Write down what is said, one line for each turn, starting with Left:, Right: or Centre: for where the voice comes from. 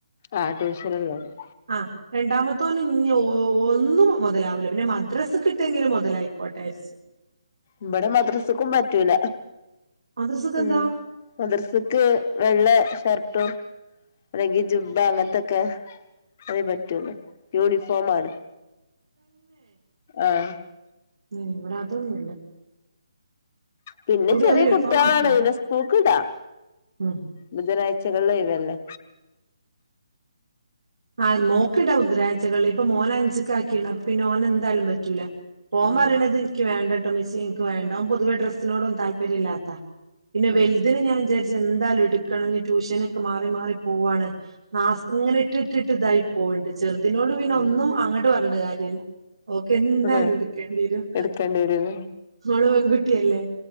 Left: ആ ട്യൂഷനുള്ള കൊണ്ട്
Right: ആഹ് രണ്ടാമത്തോന് ഇനി ഒ ഒന്നും മുതലാവൂല്ല പിന്നെ മദ്രാസക്ക്‌ ഇട്ടെങ്കിലും മുതലായിക്കോട്ടെ വെച്ച്
Left: ഇവിടെ മദ്രസക്കും പറ്റൂല
Right: മദ്രസക്ക് എന്താ
Left: ഉം മദ്രസക്ക്‌ വെള്ള ഷർട്ടും അല്ലെങ്കി ജുബ്ബ അങ്ങനത്തൊക്കെ അതേ പറ്റുള്ളൂ യൂണിഫോം ആണ് ആഹ്
Right: ഉം ഇവിടെ അതൊന്നും ഇല്ല
Left: പിന്നെ ചെറിയ
Right: ഓല് യൂണിഫോം
Left: കുട്ടികളാണ്
Right: ആക്കി
Left: പിന്നെ സ്കൂൾക്കും ഇടാം
Right: ഉം
Left: ബുധനാഴ്ചകളിൽ ഒഴിവല്ലേ
Right: ആഹ് മോക്കിടാം ബുധനാഴ്ചകളിൽ ഇപ്പൊ മോന് അഞ്ചിക്ക് ആക്കിണ് അപ്പൊ പിന്നെ ഓന് എന്തായാലും പറ്റൂല ഓൻ
Left: ഉം
Right: പറയണത് എനിക്ക്‌ വേണ്ടട്ടൊ ഉമ്മിച്ചി എനിക്ക് വേണ്ട ഓൻ പൊതുവെ ഡ്രെസ്സിനോടൊന്നും താല്പര്യം ഇല്ലാത്താ പിന്നെ
Left: ഉം
Right: വലിതിന് ഞാൻ വിചാ ച്ച് ഇനി എന്താലും എടുക്കണം ഇനി ട്യൂഷനൊക്കെ മാറി മാറി പോവാണ് നാസ് ഇങ്ങനെ ഇട്ടിട്ടിട്ട് ഇതായി പോവുണ്ട് ചെറുതിനോട് പിന്നെ
Left: ഉം
Right: ഒന്നും അങ്ങോട്ട് പറഞ്ഞിട്ട് കാര്യല്ല ഓക്ക്‌ എന്തായാലും
Left: ആഹ്
Right: എടുക്കേണ്ടി വരും
Left: എടുക്കേണ്ടി വരുല്ലേ
Right: ഓള് പെൺകുട്ടിയല്ലേ